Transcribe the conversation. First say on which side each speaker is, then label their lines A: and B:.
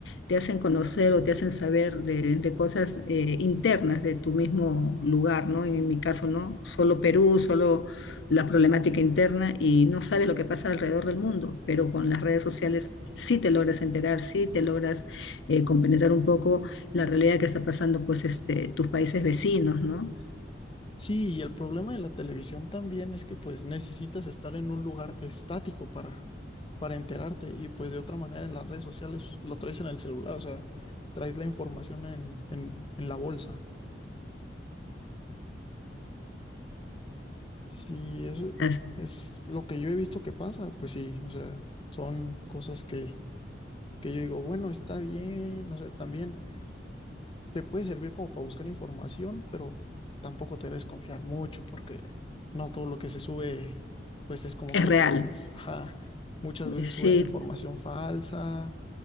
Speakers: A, on the left; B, on the left.
A: te hacen conocer o te hacen saber de, de cosas eh, internas de tu mismo lugar, ¿no? En, mi caso, ¿no? Solo Perú, solo la problemática interna y no sabe lo que pasa alrededor del mundo, pero con las redes sociales sí te logras enterar, sí te logras eh, compenetrar un poco la realidad que está pasando, pues, este, tus países vecinos, ¿no?
B: sí, y el problema de la televisión también es que pues necesitas estar en un lugar estático para, para enterarte y pues de otra manera en las redes sociales lo traes en el celular, o sea, traes la información en, en, en la bolsa. Sí, eso
A: Es,
B: es lo que yo he visto que pasa, pues sí, o sea, son cosas que que yo digo, bueno, está bien, no sé, también te puede servir como para buscar información, pero tampoco te debes confiar mucho porque no todo lo que se sube, pues es como
A: es
B: que
A: real.
B: digas, ajá, muchas veces
A: Sí,
B: suben información falsa